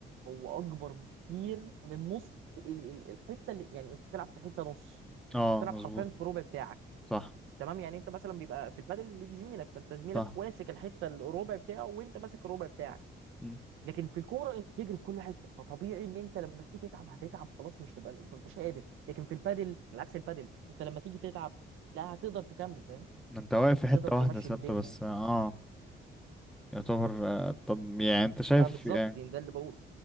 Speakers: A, on the right; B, in the centre.
A: هو اكبر بكتير من نص ال- ال- الحته اللي يعني انت بتلعب في حته نص
B: اه
A: بتلعب
B: مظبوط
A: حرفيا في ربع بتاعك
B: صح
A: تمام يعني انت مثلا بيبقى في البادل ليك زميلك فانت زميلك
B: صح
A: واسك الحته الربع بتاعه وانت ماسك الربع بتاعك
B: مم.
A: لكن في الكوره انت تجري في كل حته فطبيعي ان انت لما تيجي تتعب هتتعب خلاص مش تبقى انت مش قادر لكن في البادل على عكس البادل انت لما تيجي تتعب لا هتقدر تكمل فاهم
B: ما انت واقف في حتة
A: تقدر تمشي
B: واحدة ثابتة
A: الدنيا
B: بس
A: يعني
B: اه يعتبر آه، طب يعني انت شايف
A: بقى بالظبط
B: يعني
A: يعني ده اللي بقوله